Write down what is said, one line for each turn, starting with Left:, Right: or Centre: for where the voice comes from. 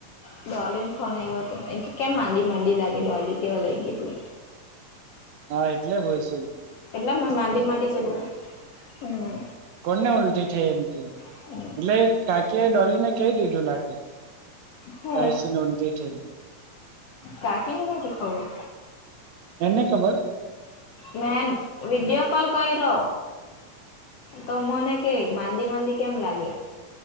Left: ડોલી ને ફોન આવ્યો હતો કે કેમ માંડી માંડી લાગે ડોલી કેવા લઈ ગઈ એટલે.
Right: હા એટલે હોય શ.
Left: એટલા ના માંદી માંદ ચલે હમ.
Right: કોણને ઉલટી છે એમ કે?
Left: હ
Right: એટલે
Left: <unintelligible>
Right: કાકી એ ડોલીને કહી દીધું લાગે
Left: હે
Right: <inaudible> ઉલટી થઈ
Left: કાકી ન બી તો ખબર
Right: એને ખબર?
Left: મે વીડિયો કોલ કઈ રો તો મને કઈ માંદી માંદી કેમ લાગે?